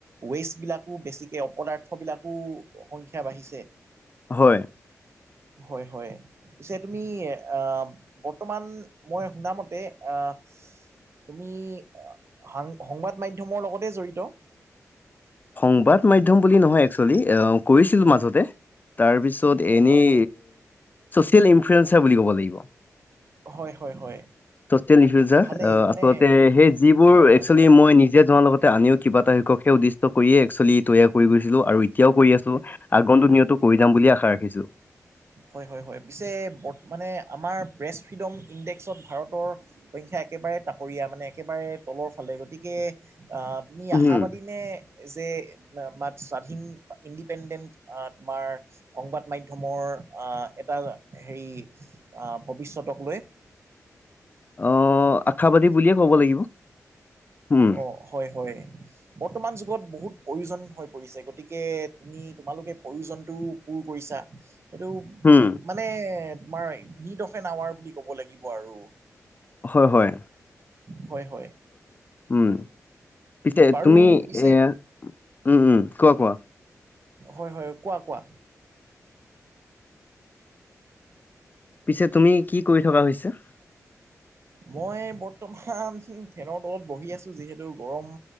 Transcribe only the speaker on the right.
ওৱেষ্টবিলাকো বেছিকে অপদাৰ্থবিলাকো সংখ্যা বাঢ়িছে
হয় হয় পিছে তুমি আহ বৰ্তমান মই শুনা মতে আহ তুমি সাং সংবাদ মাধ্যমৰ লগতে জড়িত
হয় হয়
হয় হয় হয়
ভালেই
মানে
হয়
হয় হয়
হয় হয় হয় পিছে মানে আমাৰ প্ৰেছ ফ্ৰীডম ইণ্ডেক্সত ভাৰতৰ সংখ্যা একেবাৰে তাকৰীয়া মানে একেবাৰে তলৰ ফালে গতিকে আহ তুমি
আশাবাদী নে যে মা মাত স্বাধীন ইণ্ডিপেণ্ডেণ্ট তোমাৰ সংবাদ মাধ্যমৰ আহ এটা হেৰি আহ ভৱিষ্যতক লৈ
অ হয় হয় বৰ্তমান যুগত বহুত প্ৰয়োজন হৈ পৰিছে গতিকে তুমি তোমালোকে প্ৰয়োজনটো পূৰ কৰিছা সেইটো
মানে তোমাৰ নিড অফ এন আৱাৰ বুলি ক'ব লাগিব আৰু
হয় হয়
বাৰু
পিছে
হয় হয় কোৱা কোৱা
মই বৰ্তমান ফেনৰ তলত বহি আছো যিহেতু গৰম